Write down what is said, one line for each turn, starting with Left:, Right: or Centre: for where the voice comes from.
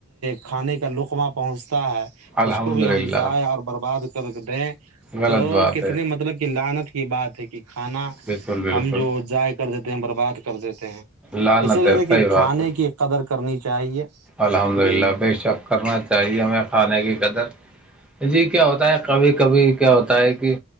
Right: کھانے کا لقمہ پہنچ ہے
Centre: الحمد
Right: اس کو بھی
Centre: للہ
Right: ہم جائے اور برباد کرک د ہیں
Centre: غلط
Right: تو
Centre: بات
Right: کتنے
Centre: ہے
Right: مطلب کہ لن بات ہے کھانا
Centre: بالکل بالکل
Right: ہم جو ضائع کر دیتے برباد کرتے اسی
Centre: لالنت
Right: لیے
Centre: ہے
Right: دیکھیے
Centre: صحیح
Right: کھانے
Centre: بات ہے
Right: کی قدر کرنی چاہیے
Centre: الحمد
Right: جی
Centre: للہ بے شک کرنا چاہیے ہمیں کھانے کی قدر جی کیا ہوتا ہے کبھی کبھی کیا ہوتا ہے کہ